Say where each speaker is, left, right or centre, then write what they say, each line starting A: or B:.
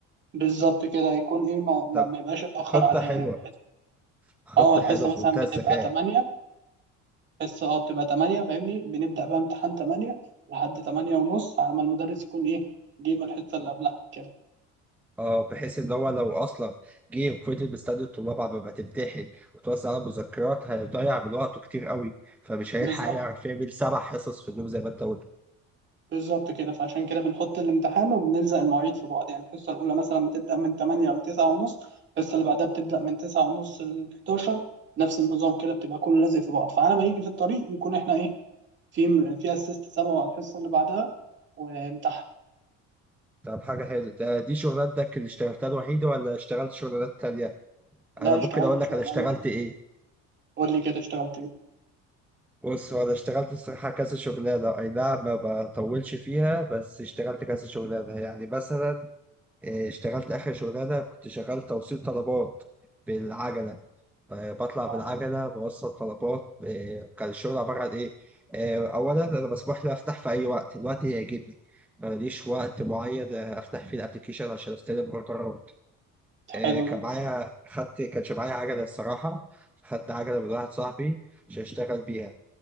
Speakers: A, on the right; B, in the centre.
A: بالظبط كده يكون ايه ما, ما,
B: طب
A: ما يبقاش اتأخر
B: خطة
A: على
B: حلوة
A: العيال الحصه
B: خطة
A: اه الحصه
B: حلوة في
A: مثلا
B: منتهى
A: بتبقى
B: الذكاء
A: 8 بس اه بتبقى 8 فاهمني بنبدأ بقى امتحان 8 لحد 8 ونص على ما المدرس يكون ايه جه من الحصة اللي قبلها كده
B: اه بحيث ان هو لو اصلا جه وفضل مستني الطلاب على ما تمتحن وتوزع على مذكرات هيضيع من وقته كتير قوي فمش هيلحق
A: بالظبط
B: يعرف يعمل سبع حصص في اليوم زي ما انت قلت
A: بالظبط كده فعشان كده بنحط الامتحان وبنلزق المواعيد في بعض يعني الحصة الأولى مثلا بتبدأ من 8 ل 9 ونص الحصة اللي بعدها بتبدأ من 9 ونص ل 11 نفس النظام كده بتبقى كله لازق في بعض فعلى ما يجي في الطريق يكون احنا ايه في في اسيست سبعه على الحصة اللي بعدها وامتحن
B: طب حاجه حلوه ده دي شغلانتك اللي اشتغلتها الوحيده ولا اشتغلت شغلانات تانية
A: لا
B: انا ممكن
A: اشتغلت
B: اقول لك
A: شغلانة
B: انا اشتغلت ايه
A: قول لي كده اشتغلت ايه
B: بص هو انا اشتغلت الصراحه كذا شغلانه اي نعم ما بطولش فيها بس اشتغلت كذا شغلانه يعني مثلا اه، اشتغلت اخر شغلانه كنت شغال توصيل طلبات بالعجله ب- بطلع
A: اه
B: بالعجلة بوصل طلبات ب- كان الشغل عبارة عن إيه؟ آه، أولا أنا مسموح لي أفتح في أي وقت، الوقت اللي يعجبني، ماليش وقت معين آه، أفتح فيه الأبلكيشن عشان أستلم أوردرات، آه،
A: حلو
B: كان
A: ده
B: معايا خدت كانش معايا عجلة الصراحة، خدت عجلة من واحد صاحبي عشان أشتغل بيها،